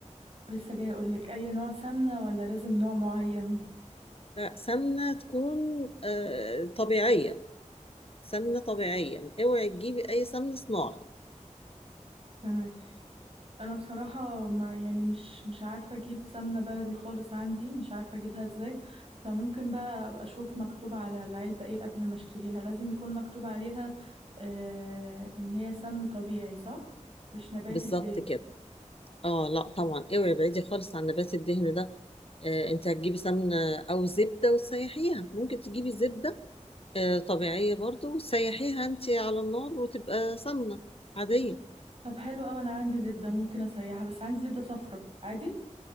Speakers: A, on the right; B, on the left.
A: لسه جاي اقولك اي نوع سمنة ولا لازم نوع معين
B: لا سمنة تكون آه، طبيعية سمنة طبيعية اوعي تجيبي اي سمن صناعي
A: تمام انا بصراحه ما يعني مش مش عارفه اجيب سمنه بلدي خالص عندي مش عارفه اجيبها ازاي فممكن بقى ابقى اشوف مكتوب على العلبه ايه قبل ما اشتريها لازم يكون مكتوب عليها آه ان هي سمن طبيعي صح مش نبات
B: بالظبط
A: الدهن
B: كده اه لا طبعا اوعي ابعدي خالص عن نبات الدهن ده آه انت هتجيبي سمنة او زبدة وتسيحيها ممكن تجيبي زبدة آه طبيعية برضو وتسيحيها انت على النار وتبقى سمنة عادية
A: طب حلو قوي انا عندي زبده ممكن اسيحها بس عندي زبده صفرا عادي